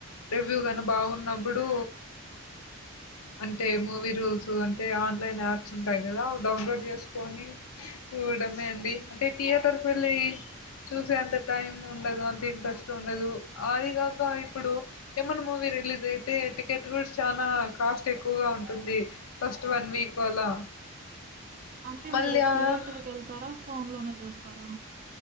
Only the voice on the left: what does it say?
రివ్యూ కాని బాగున్నప్పుడు అంటే మూవీ రూల్స్ అంటే ఆన్లైన్ యాప్ స్ ఉంటాయి కదా అవి డౌన్లోడ్ చేసుకొని కోవడమే అండి అంటే థియేటర్కు వెళ్లి చూసే అంత టైం ఉండదు అంత ఇంట్రెస్ట్ ఉండదు అది కాక ఇప్పుడు ఏమన్నా మూవీ రిలీజ్ అయితే టికెట్ కూడా చాలా కాస్ట్ ఎక్కువగా ఉంటుంది ఫస్ట్ వన్ వీక్ అలా
మళ్ళీ
ఆహ్